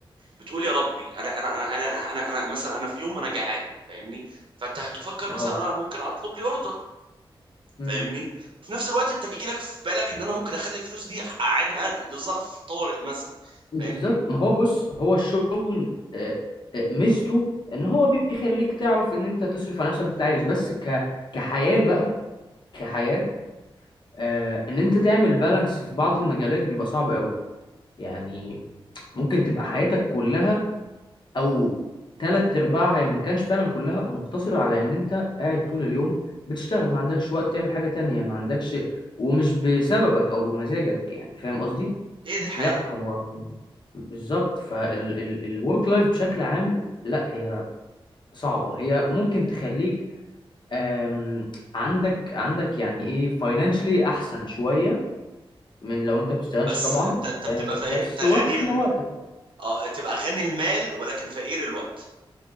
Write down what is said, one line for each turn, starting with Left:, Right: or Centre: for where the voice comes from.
Right: بتقول يا ربي انا انا انا انا انا, أنا مثلا انا في يوم انا جعان فاهمني فانت هتفكر
Left: اه
Right: مثلا انا ممكن اطلب لي اوردر
Left: مم.
Right: فاهمني في نفس الوقت انت بيجي لك في بالك ان انا ممكن اخلي الفلوس دي اعينها لظرف طارئ مثلا
Left: بالظبط
Right: فاهمني
Left: ما هو بص هو الشغل آه، آه، ميزته ان هو بيخليك تعرف ان انت تصرف على نفسك وتعيش بس ك كحياة بقى كحياة آه، ان انت تعمل بالانس في بعض المجالات بيبقى صعب قوي يعني ممكن تبقى حياتك كلها او تلات ارباعها إن ما كانش فعلا كلها مقتصرة على ان انت قاعد طول اليوم بتشتغل ما عندكش وقت تعمل حاجة تانية ما عندكش ومش بسببك او بمزاجك يعني فاهم قصدي
Right: هي دي الحياة
Left: لا هو بالظبط فالورك لايف بشكل عام لا هي صعبة هي ممكن تخليك آم، عندك عندك يعني ايه فاينانشلي احسن شوية من لو انت بتشتغلش
Right: بس
Left: طبعا
Right: انت انت بتبقى
Left: آه،
Right: فا...
Left: بس
Right: انت غني
Left: واكلة
Right: الم...
Left: وقتك
Right: اه تبقى غني المال ولكن فقير الوقت